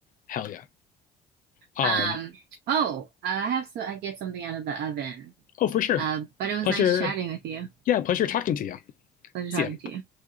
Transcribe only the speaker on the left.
hell yeah um
oh for sure
pleasure
yeah pleasure talking to you
see
ya